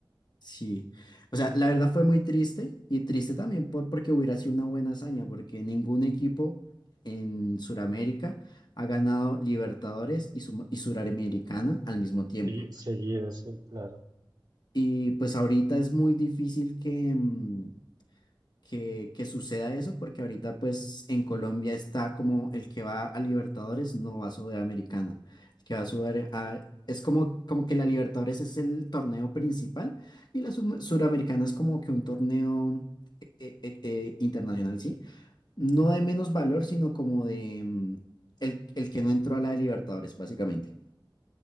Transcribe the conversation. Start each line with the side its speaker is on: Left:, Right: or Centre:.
Left: sí. O sea, la verdad fue muy triste y triste también por, porque hubiera sido una buena hazaña, porque ningún equipo en Suramérica ha ganado Libertadores y, Sum- y Suramericana al mismo tiempo.
Right: Sí, seguido, sí, claro.
Left: Y pues ahorita es muy difícil que, mm, que, que suceda eso, porque ahorita pues en Colombia está como el que va a Libertadores no va a Sudamericana, el que va a Sudamericana es como, como que la Libertadores es el torneo principal y la Sum- Suramericana es como que un torneo eh, eh, eh, eh, internacional, ¿sí? No de menos valor, sino como de mm, el, el que no entró a la de Libertadores, básicamente.